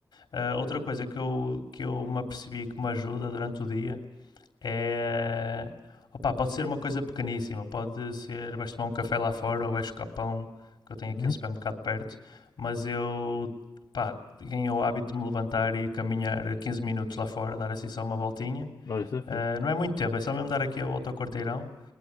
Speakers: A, on the left; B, on the left.
A: Ah, outra coisa que eu, que eu me apercebi que me ajuda durante o dia é. Opa, pode ser uma coisa pequeníssima, pode ser vais tomar um café lá fora ou vais buscar pão, que eu tenho aqui
B: Uhum.
A: um supermercado perto, mas eu pá, ganhei o hábito de me levantar e caminhar 15 minutos lá fora, dar assim só uma voltinha.
B: Olha, isso é fixe.
A: Ah, não é muito tempo, é só mesmo dar aqui a volta ao quarteirão